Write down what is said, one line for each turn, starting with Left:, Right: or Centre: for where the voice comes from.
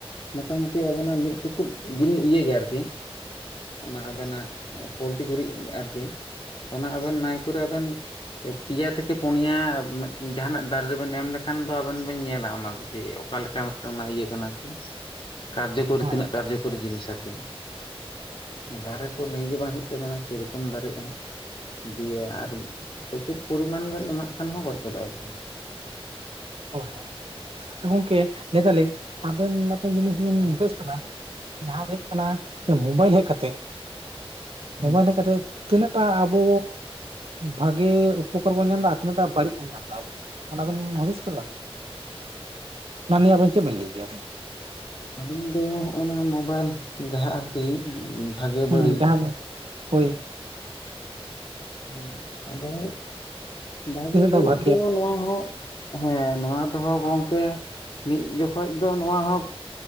Left: ᱢᱚᱴᱟ ᱢᱩᱴᱤ ᱟᱵᱤᱱᱟᱜ ᱢᱤᱫ ᱪᱩᱯᱩᱫ ᱡᱩᱫᱤ ᱤᱭᱟᱹᱭ ᱜᱮᱭᱟ ᱟᱨᱠᱤ ᱚᱱᱟ ᱟᱵᱮᱱᱟᱜ ᱯᱳᱞᱴᱤ ᱜᱩᱨᱤᱡ ᱟᱨᱠᱤ ᱚᱱᱟ ᱟᱵᱮᱱ ᱱᱟᱭᱠᱚᱨᱮ ᱟᱵᱮᱱ ᱯᱮᱭᱟ ᱛᱷᱮᱠᱮ ᱯᱩᱱᱭᱟ ᱡᱟᱦᱟᱱᱟᱜ ᱫᱟᱨᱮ ᱨᱮᱵᱮᱱ ᱮᱢ ᱞᱮᱠᱷᱟᱱ ᱫᱚ ᱟᱵᱮᱱ ᱵᱮᱱ ᱧᱮᱞᱟ ᱚᱱᱟ ᱡᱮ ᱚᱠᱟ ᱞᱮᱠᱟ ᱢᱤᱫ ᱴᱟᱝ ᱤᱭᱟᱹ ᱠᱟᱱᱟ ᱟᱨᱠᱤ
Right: <inaudible>
Left: ᱠᱟᱨᱡᱚᱠᱚᱨᱤ
Right: ᱦᱳᱭ
Left: ᱛᱤᱱᱟᱹᱜ ᱠᱟᱨᱡᱚᱠᱚᱨᱤ ᱡᱤᱱᱤᱥ ᱟᱨᱠᱤ ᱰᱟᱭᱨᱮᱠᱴ ᱛᱚ ᱞᱟᱹᱭ ᱜᱮ ᱵᱟᱝ ᱦᱩᱭᱩᱜ ᱛᱟᱵᱤᱱᱟ ᱥᱮᱨᱚᱠᱚᱢ ᱫᱟᱨᱮᱜᱼᱟ ᱫᱤᱭᱮ ᱟᱨ ᱯᱨᱪᱩᱨ ᱯᱚᱨᱤᱢᱟᱱ ᱵᱮᱱ ᱮᱢᱟᱜ ᱠᱷᱟᱱ ᱦᱚᱸ ᱜᱚᱡ ᱜᱚᱫᱚᱜᱼᱟ ᱮᱠᱫᱚᱢ
Right: ᱦᱳᱭ ᱦᱳᱭ ᱜᱚᱢᱠᱮ ᱞᱟᱹᱭ ᱫᱟᱞᱤᱧ ᱟᱵᱮᱱ ᱢᱤᱫᱴᱮᱱ ᱡᱤᱱᱤᱥ ᱵᱮᱱ
Left: ᱦᱮᱸ
Right: ᱱᱳᱴᱤᱥ ᱠᱟᱫᱟ ᱡᱟᱦᱟᱸ ᱫᱚ ᱦᱩᱭᱩᱜ ᱠᱟᱱᱟ ᱡᱮ ᱢᱳᱵᱟᱭᱤᱞ ᱦᱮᱡ ᱠᱟᱛᱮ ᱢᱳᱵᱟᱭᱤᱞ
Left: ᱦᱮᱸ
Right: ᱦᱮᱡ ᱠᱟᱛᱮ ᱛᱤᱱᱟᱹᱜᱴᱟᱜ ᱟᱵᱚ ᱵᱷᱟᱜᱤ ᱩᱯᱚᱠᱟᱨ ᱵᱚᱱ ᱧᱟᱢ ᱮᱫᱟ ᱟᱨ ᱛᱤᱱᱟᱹᱜ ᱴᱟᱜ ᱵᱟᱹᱲᱤᱡ ᱵᱚᱱ ᱧᱟᱢ ᱮᱫᱟ ᱟᱵᱚ ᱚᱱᱟᱵᱤᱱ ᱦᱩᱫᱤᱥᱼᱼ ᱚᱱᱟ ᱱᱤᱭᱟ. ᱟᱵᱤᱱ ᱪᱮᱫ ᱵᱤᱱ ᱞᱟᱹᱭ ᱜᱮᱭᱟᱵᱤᱱ
Left: ᱟᱹᱞᱤᱧ ᱫᱚ ᱱᱚᱜ ᱱᱚᱣᱟ ᱢᱳᱵᱟᱭᱤᱞ ᱡᱟᱦᱟᱸ ᱟᱨᱠᱤ ᱵᱷᱟᱜᱮ
Right: ᱦᱩᱸ
Left: ᱵᱟᱹᱲᱤᱡ
Right: ᱡᱟᱦᱟᱸ ᱦᱳᱭ
Left: ᱦᱩᱸ ᱟᱫᱚ ᱵᱷᱟᱜᱮ
Right: ᱛᱤᱱᱟᱹᱜ
Left: ᱵᱟᱹᱲᱤᱡ
Right: ᱴᱟ ᱵᱷᱟᱜᱮᱭᱟ
Left: ᱫᱚ ᱱᱚᱣᱟ ᱦᱚᱸ ᱦᱮᱸ ᱱᱚᱣᱟ ᱫᱚᱦᱚ ᱜᱚᱝᱠᱮ ᱢᱤᱫ ᱡᱚᱠᱷᱚᱡ ᱫᱚ ᱱᱚᱣᱟ ᱦᱚᱸ